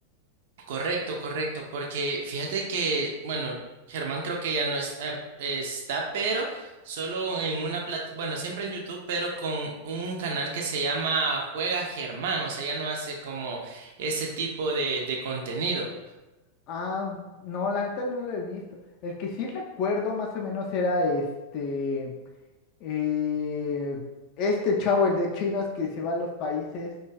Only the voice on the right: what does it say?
correcto, correcto, porque fíjate que, bueno, Germán creo que ya no es- eh, está, pero solo en una plata, bueno, siempre en YouTube, pero con un canal que se llama Juega Germán, o sea, ya no hace como ese tipo de, de contenido.